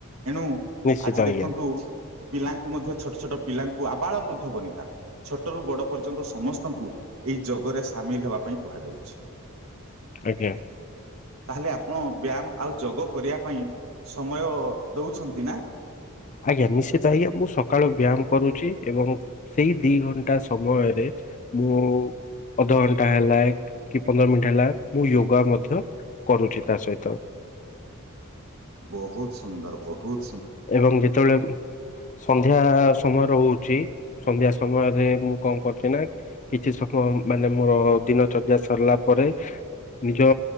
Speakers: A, on the right; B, on the left.
A: ଏଣୁ
B: ନିଶ୍ଚିତ
A: ଆଜି
B: ଆଜ୍ଞା
A: ଦେଖନ୍ତୁ ପିଲାଙ୍କୁ ମଧ୍ୟ ଛୋଟ ଛୋଟ ପିଲା କୁ ଆବାଳ ବୃଦ୍ଧ ବନିତା ଛୋଟରୁୁ ବଡ଼ ପର୍ଯ୍ୟନ୍ତ ସମସ୍ତଙ୍କୁ ଏଇ ଯୋଗରେ ସାମିଲ ହେବା ପାଇଁ କୁହା ଯାଉଛି।
B: ଆଜ୍ଞା।
A: ତାହେଲେ ଆପଣ ବ୍ୟାୟାମ ଆଉ ଯୋଗ କରିବା ପାଇଁ ସମୟ ଦଉଛନ୍ତି ନା?
B: ଆଜ୍ଞା ନିଶ୍ଚିତ ଆଜ୍ଞା ମୁଁ ସକାଳୁ ବ୍ୟାୟାମ କରୁଛି ଏବଂ ସେଇ ଦି ଘଣ୍ଟା ସମୟରେ ମୁଁ ଅଧଘଣ୍ଟା ହେଲା କି ପନ୍ଦର ମିନିଟ ହେଲା ମୁଁ ୟୋଗା ମଧ୍ୟ କରୁଛି ତା ସହିତ।
A: ବହୁତ ସୁନ୍ଦର ବହୁତ୍।
B: ଏବଂ ଯେତେବେଳେ ସନ୍ଧ୍ୟା ସମୟ ରହୁଛି ସନ୍ଧ୍ୟା ସମୟରେ ମୁଁ କଣ କରୁଛି ନା କିଛି ସମୟ ମାନେ ମୋର ଦିନ ଚର୍ଯ୍ୟା ସରିଲା ପରେ। ନିଜ